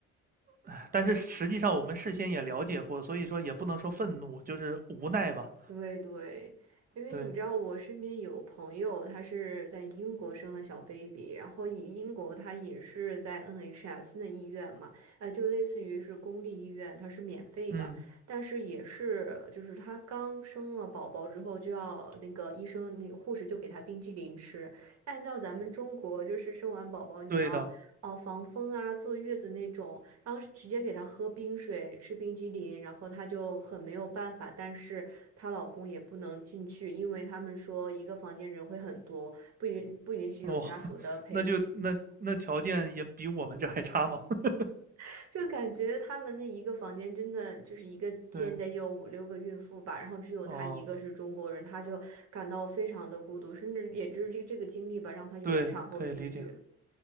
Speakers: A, on the right (about 30°); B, on the right (about 55°).
A: 唉但是实际上我们事先也了解过，所以说也不能说愤怒，就是无奈吧。
B: 对对，因为你知道，
A: 对，
B: 我身边有朋友，他是在英国生了小 baby，然后以英国他也是在 NHS 的医院嘛，呃，就类似于是公立医院，它是免费的，
A: 嗯，
B: 但是也是就是他刚生了宝宝之后，就要那个医生那个护士就给他冰激凌吃，按照咱们中国就是生完宝宝你要哦，
A: 对的。
B: 防风啊，坐月子那种，然后直接给她喝冰水，吃冰激凌，然后她就很没有办法。但是她老公也不能进去，因为他们说一个房间人会很多，不允不允许有家属的陪，
A: 哦，<laughs> 那就那那条件也比我们这还差吗？<laughs>
B: <laughs> 就感觉他们那一个房间真的就是一个间得有五六个孕妇吧，
A: 对，
B: 然后只有她一个是中国人，
A: 哦，
B: 她就感到非常的孤独，甚至也就是这这个经历吧，让她有了产后抑郁，
A: 对，可以理解。